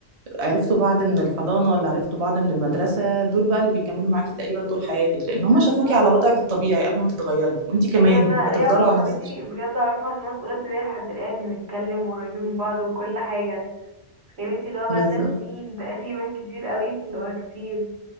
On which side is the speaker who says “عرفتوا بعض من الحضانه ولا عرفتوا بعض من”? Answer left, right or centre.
Right